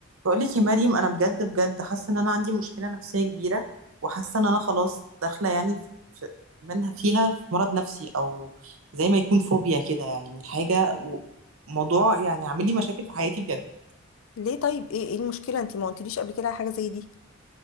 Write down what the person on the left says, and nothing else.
ليه طيب ايه ايه المشكله انت ما قلتليش قبل كده على حاجه زي دي